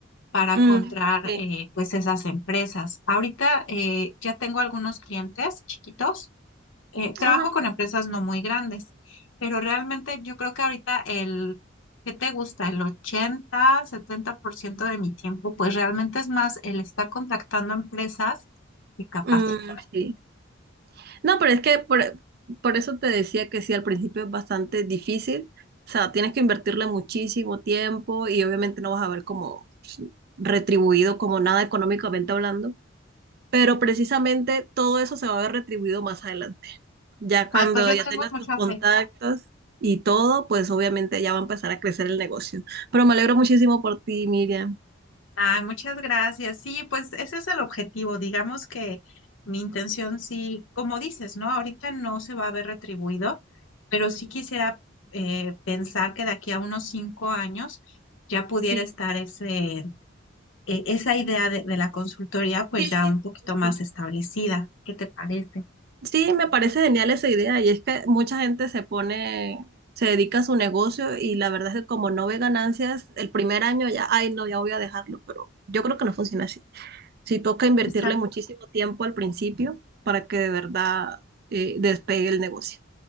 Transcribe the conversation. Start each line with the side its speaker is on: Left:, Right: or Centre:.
Left: para
Right: Mm,
Left: comprar
Right: sí.
Left: eh, pues esas empresas. Ahorita eh, ya tengo algunos clientes chiquitos. eh, trabajo
Right: Ajá,
Left: con
Right: qué
Left: empresas
Right: bueno.
Left: no muy grandes, pero realmente yo creo que ahorita el, ¿qué te gusta? El ochenta setenta por ciento de mi tiempo, pues realmente es más el estar contactando empresas que capacitar.
Right: Mm, sí. No, pero es que por, por eso te decía que sí, al principio es bastante difícil. O sea, tienes que invertirle muchísimo tiempo y obviamente no vas a ver como pues, retribuido como nada económicamente hablando. pero precisamente todo eso se va a ver retribuido más adelante. Ya
Left: Ay,
Right: cuando
Left: pues yo
Right: ya
Left: tengo
Right: tengas
Left: mucha
Right: tus contactos
Left: fe.
Right: y todo, pues obviamente ya va a empezar a crecer el negocio. Pero me alegro muchísimo por ti, Miriam.
Left: Ay, muchas gracias. Sí, pues ese es el objetivo. Digamos que mi intención, sí, como dices, ¿no? Ahorita no se va a ver retribuido, pero sí quisiera eh, pensar que de aquí a unos cinco años ya pudiera
Right: Sí,
Left: estar ese, e- esa idea de, de la consultoría, pues
Right: sí,
Left: ya
Right: sí,
Left: un poquito
Right: justo.
Left: más establecida. ¿Qué te parece?
Right: Sí, me parece genial esa idea y es que mucha gente se pone, se dedica a su negocio y la verdad es que como no ve ganancias, el primer año ya, ay, no, ya voy a dejarlo, pero yo creo que no funciona así. Sí toca invertirle
Left: Exacto.
Right: muchísimo tiempo al principio para que de verdad eh, despegue el negocio.